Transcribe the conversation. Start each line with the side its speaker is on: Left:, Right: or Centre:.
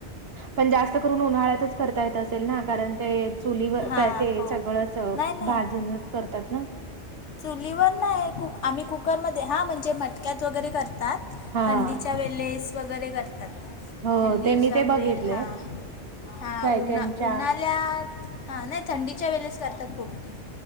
Right: पण जास्त करून उन्हाळ्यातच करता येत असेल ना. कारण ते चुलीवर
Left: हां
Right: काय ते
Left: हो
Right: सगळं असं
Left: नाही नाही
Right: भाजूनच करतात ना.
Left: चुलीवर नाही कुक आम्ही कुकरमध्ये हां म्हणजे मटक्यात वगैरे करतात.
Right: हा
Left: थंडीच्या वेलेस वगैरे करतात.
Right: हो
Left: थंडीचा
Right: ते मी ते बघितलंय
Left: वेळ हा. हा
Right: काय
Left: उन्हा-उन्हाल्यात
Right: कायच्या
Left: हा नाही थंडीच्या वेलेस करतात पोपटी.